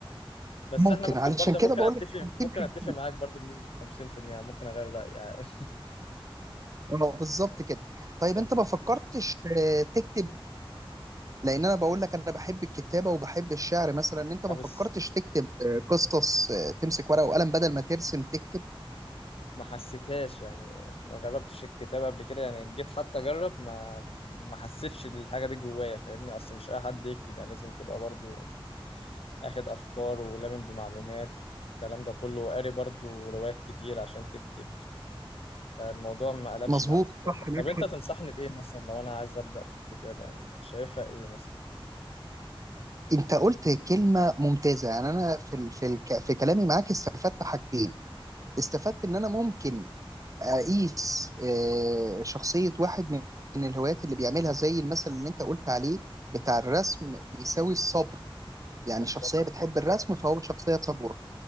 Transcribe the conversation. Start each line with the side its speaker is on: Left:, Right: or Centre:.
Left: بس
Right: ممكن
Left: احنا ممكن
Right: علشان
Left: برضه
Right: كده
Left: ممكن
Right: بقول
Left: اتفق
Right: لك 50
Left: ممكن اتفق معاك برضه بنسبة 50% يعني ممكن اغير رأيي يعني
Right: اه بالظبط كده طيب
Left: <laughs> تمام
Right: انت ما فكرتش آه، تكتب لان انا بقول لك انا بحب الكتابه وبحب الشعر مثلا انت ما
Left: طب
Right: فكرتش
Left: بس
Right: تكتب آه، قصص آه، تمسك ورقه وقلم بدل ما ترسم تكتب
Left: ما حسيتهاش يعني ما جربتش الكتابة قبل كده يعني جيت حتى اجرب ما ما حسيتش الحاجة دي جوايا فاهمني اصل مش اي حد يكتب يعني لازم تبقى برضه اخد افكار ولامم بمعلومات والكلام ده كله وقاري برضو روايات كتير عشان تكتب فالموضوع ما قلبش
Right: مظبوط
Left: معايا في الكتابة
Right: صح معاك
Left: طب انت
Right: حق
Left: تنصحني بايه مثلا لو انا عايز ابدا في الكتابة يعني شايفها ايه مثلا
Right: انت قلت كلمه ممتازه يعني انا في ال... في الك... في كلامي معاك استفدت حاجتين استفدت ان انا ممكن اقيس آه، شخصيه واحد من من الهوايات اللي بيعملها زي المثل اللي انت قلت عليه بتاع الرسم بيساوي الصبر يعني
Left: بالظبط
Right: شخصيه بتحب
Left: كده
Right: الرسم فهو شخصيه صبوره